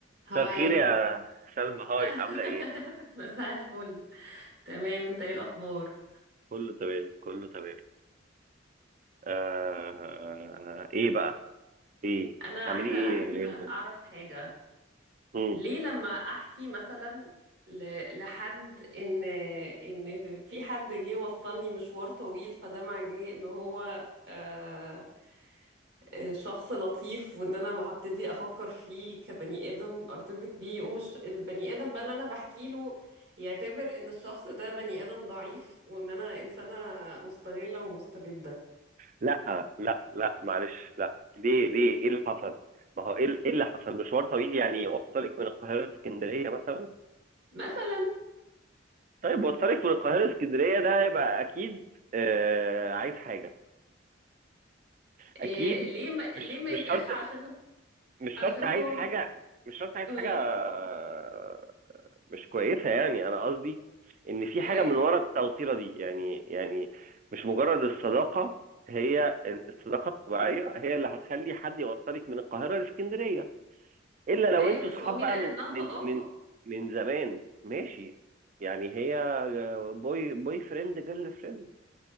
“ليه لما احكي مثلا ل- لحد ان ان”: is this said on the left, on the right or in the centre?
Right